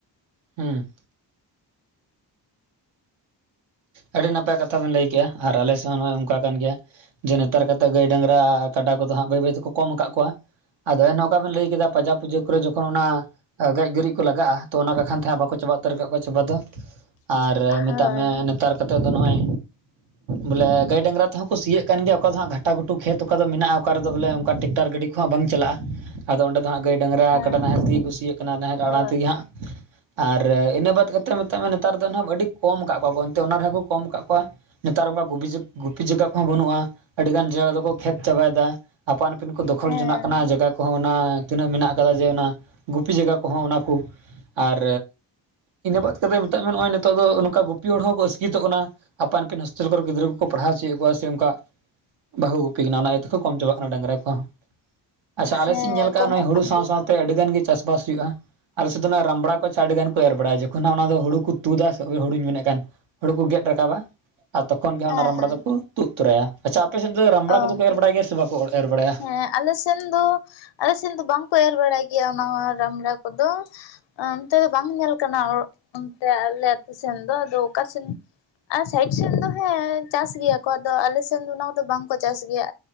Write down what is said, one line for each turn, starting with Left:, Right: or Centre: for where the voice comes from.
Right: ᱩᱸ᱾ ᱟᱹᱰᱤ ᱱᱟᱯᱟᱭ ᱠᱟᱛᱷᱟ ᱵᱤᱱ ᱞᱟᱹᱭ ᱠᱮᱫᱮᱜᱼᱟ ᱟᱨ ᱟᱞᱮ ᱥᱮᱫ ᱦᱚᱸ ᱱᱚᱜᱚᱭ ᱚᱝᱠᱟ ᱠᱟᱱ ᱜᱮᱭᱟ᱾ ᱡᱮ ᱱᱮᱛᱟᱨ ᱠᱟᱛᱮᱜ ᱜᱟᱹᱭ ᱰᱟᱝᱨᱟ ᱠᱟᱰᱟ ᱠᱚᱫᱚ ᱦᱟᱜ ᱵᱟᱹᱭ ᱵᱟᱹᱭ ᱛᱮᱠᱚ ᱠᱚᱢ ᱟᱠᱟᱜ ᱠᱚᱣᱟ ᱟᱫᱚ ᱮᱱ ᱚᱠᱟ ᱵᱮᱱ ᱞᱟᱹᱭ ᱠᱮᱫᱟ ᱯᱟᱡᱟ ᱯᱩᱡᱟᱹ ᱠᱚᱨᱮ ᱡᱚᱠᱷᱚᱱ ᱚᱱᱟ ᱜᱮᱡ ᱜᱩᱨᱤᱡ ᱠᱚ ᱞᱟᱜᱟᱜᱼᱟ ᱛᱚ ᱚᱱᱟ ᱵᱟᱠᱷᱟᱱ ᱛᱮ ᱦᱟᱸ ᱵᱟᱠᱚ ᱪᱟᱵᱟ ᱩᱛᱟᱹᱨ ᱠᱟᱜ ᱠᱚᱣᱟ ᱪᱟᱵᱟ ᱫᱚ᱾ ᱟᱨ
Left: ᱦᱳᱭ
Right: ᱢᱮᱛᱟᱜ ᱢᱮ ᱱᱮᱛᱟᱨ ᱠᱟᱛᱮᱫ ᱫᱚ ᱱᱚᱜᱼᱚᱭ ᱵᱚᱞᱮ ᱜᱟᱹᱭ ᱰᱟᱝᱨᱟ ᱛᱮᱚᱸ ᱥᱤᱭᱮᱹᱜ ᱠᱟᱱ ᱜᱮᱭᱟ ᱚᱠᱟ ᱫᱚ ᱦᱟᱸᱜ ᱜᱷᱟᱴᱟ ᱜᱷᱩᱴᱩ ᱠᱷᱮᱛ ᱚᱠᱟ ᱫᱚ ᱢᱮᱱᱟᱜᱼᱟ ᱚᱠᱟ ᱨᱮᱫᱚ ᱵᱚᱞᱮ ᱚᱱᱠᱟ ᱴᱮᱠᱴᱟᱨ ᱜᱟᱰᱤ ᱠᱚ ᱦᱟᱜ ᱵᱟᱝ ᱪᱟᱞᱟᱜᱼᱟ ᱟᱫᱚ ᱚᱸᱰᱮ ᱫᱚ ᱦᱟᱸᱜ ᱜᱟᱹᱭ ᱰᱟᱝᱨᱟ
Left: ᱦᱮᱸ
Right: ᱠᱟᱰᱟ ᱱᱟᱦᱮᱞ ᱛᱮᱜᱮ ᱠᱩ ᱥᱤᱭᱟᱜ ᱠᱟᱱᱟ ᱱᱟᱦᱮᱞ ᱟᱲᱟ
Left: ᱦᱳᱭ
Right: ᱛᱮᱜᱮ ᱦᱟᱸᱜ᱾ ᱟᱨ ᱤᱱᱟᱹ ᱵᱟᱫ ᱠᱟᱛᱮᱫ ᱢᱮᱛᱟᱜ ᱢᱮ ᱱᱮᱛᱟᱨ ᱫᱚ ᱱᱟᱜ ᱟᱹᱰᱤ ᱠᱚᱢ ᱠᱟᱜ ᱠᱚᱣᱟ ᱠᱚ᱾ ᱛᱚ ᱚᱱᱟ ᱨᱮᱦᱚᱸ ᱠᱚ ᱠᱚᱢ ᱟᱠᱟᱜ ᱠᱚᱣᱟ᱾ ᱱᱮᱛᱟᱨ ᱚᱠᱟ ᱜᱚᱯᱤ ᱜᱩᱯᱤ ᱡᱟᱜ ᱟᱜ ᱠᱚᱦᱚᱸ ᱵᱟᱹᱱᱩᱜᱼᱟ ᱟᱹᱰᱤ ᱜᱟᱱ ᱡᱟᱜᱟ ᱫᱚᱠᱚ ᱠᱷᱮᱛ ᱪᱟᱵᱟᱭ ᱫᱟ ᱟᱯᱟᱱ ᱥᱯᱤᱱ ᱠᱚ ᱫᱚᱠᱷᱚᱞ
Left: ᱦᱮᱸ
Right: ᱡᱚᱱᱟᱜ ᱠᱟᱱᱟ ᱡᱟᱜᱟ ᱠᱚᱦᱚᱸ᱾ ᱚᱱᱟ ᱛᱤᱱᱟᱹᱜ ᱢᱮᱱᱟᱜ ᱟᱠᱟᱫᱟ ᱡᱮ ᱚᱱᱟ ᱜᱩᱯᱤ ᱡᱟᱜᱟ ᱠᱚᱦᱚᱸ ᱚᱱᱟ ᱠᱚ ᱟᱨ ᱤᱱᱟᱹ ᱵᱟᱫ ᱠᱟᱛᱮ ᱢᱮᱛᱟᱜ ᱱᱚᱜ ᱚᱭ ᱱᱤᱛᱚᱜ ᱫᱚ ᱱᱚᱝᱠᱟ ᱜᱩᱯᱤ ᱦᱚᱲ ᱦᱚᱸ ᱟᱥᱠᱤᱛᱚᱜ ᱠᱟᱱᱟ ᱟᱯᱟᱱ ᱟᱹᱯᱤᱱ ᱦᱳᱥᱴᱮᱞ ᱠᱚᱨᱮ ᱜᱤᱫᱽᱨᱟᱹ ᱠᱚᱠᱚ ᱯᱟᱲᱦᱟᱣ ᱚᱪᱚ ᱠᱚᱣᱟ ᱥᱮ ᱚᱱᱠᱟ᱾ ᱵᱟᱠᱚ ᱜᱩᱯᱤ ᱠᱟᱱᱟ ᱚᱱᱟ ᱤᱭᱟᱹ ᱛᱮᱠᱚ ᱠᱚᱢ ᱪᱟᱵᱟᱜ ᱠᱟᱱᱟ ᱰᱟᱝᱨᱟ ᱠᱚᱸ᱾ ᱟᱪᱪᱷᱟ
Left: ᱦᱮᱸ
Right: ᱟᱞᱮᱥᱮᱫ ᱤᱧ ᱧᱮᱞ ᱟᱠᱟᱜᱼᱟ
Left: ᱠᱚᱢᱚᱜ
Right: ᱦᱩᱲᱩ
Left: ᱠᱟᱱ
Right: ᱥᱟᱶ
Left: ᱜᱮᱭᱟ
Right: ᱥᱟᱶᱛᱮ
Left: ᱠᱚ
Right: ᱟᱹᱰᱤ ᱜᱟᱱ ᱜᱮ ᱪᱟᱥ ᱵᱟᱥ ᱦᱩᱭᱩᱜᱼᱟ᱾ ᱟᱞᱮᱥᱮᱫ ᱫᱚ ᱚᱱᱟ ᱨᱟᱢᱵᱽᱲᱟ ᱠᱚᱪ ᱟᱹᱰᱤ ᱜᱟᱱ ᱠᱚ ᱮᱨ ᱵᱟᱲᱟᱭᱟ ᱡᱚᱠᱷᱚᱱ ᱱᱟᱜ ᱚᱱᱟ ᱫᱚ ᱦᱩᱲᱩ ᱠᱚ ᱛᱩᱫᱟ ᱥᱮ ᱦᱩᱲᱩᱧ ᱢᱮᱱᱮᱫ ᱠᱟᱱ ᱦᱳᱲᱳ ᱠᱚ ᱜᱮᱫ ᱨᱟᱠᱟᱵᱟ ᱟ ᱛᱚᱠᱷᱚᱱ ᱜᱮ
Left: ᱦᱮᱸ
Right: ᱚᱱᱟ ᱨᱟᱢᱲᱟ
Left: ᱦᱮᱸ
Right: ᱫᱚᱠᱚ ᱛᱩᱫ <unintelligible> ᱟᱪᱪᱷᱟ ᱟᱯᱮ ᱥᱮᱫ ᱫᱚ ᱨᱟᱢᱵᱲᱟ
Left: ᱚ
Right: ᱠᱚᱫᱚ ᱠᱚ ᱮᱨ ᱵᱟᱲᱟᱭ ᱜᱮᱭᱟ ᱥᱮ ᱵᱟᱠᱚ ᱮᱨ ᱵᱟᱲᱟᱭᱟ?
Left: ᱦᱮᱸ ᱟᱞᱮ ᱥᱮᱱ ᱫᱚ ᱟᱞᱮ ᱥᱮᱱ ᱫᱚ ᱵᱟᱝᱠᱚ ᱮᱨ ᱵᱟᱲᱟᱭ ᱜᱮᱭᱟ ᱚᱱᱟ ᱨᱟᱢᱲᱟ ᱠᱚᱫᱚ᱾ ᱚᱱᱛᱮ ᱫᱚ ᱵᱟᱝ ᱧᱮᱞ ᱠᱟᱱᱟ ᱚᱱᱛᱮ ᱟᱞᱮ ᱟᱹᱛᱩ ᱥᱮᱱ ᱫᱚ ᱟᱫᱚ ᱚᱠᱟ ᱥᱮᱱ ᱟᱨ ᱥᱟᱭᱤᱰ ᱥᱮᱱ ᱫᱚ ᱦᱮᱸ ᱪᱟᱥ ᱜᱮᱭᱟ ᱠᱚ ᱟᱫᱚ ᱟᱞᱮ ᱥᱮᱱ ᱫᱚ ᱚᱱᱟ ᱠᱚᱫᱚ ᱵᱟᱝᱠᱚ ᱪᱟᱥ ᱜᱮᱭᱟ᱾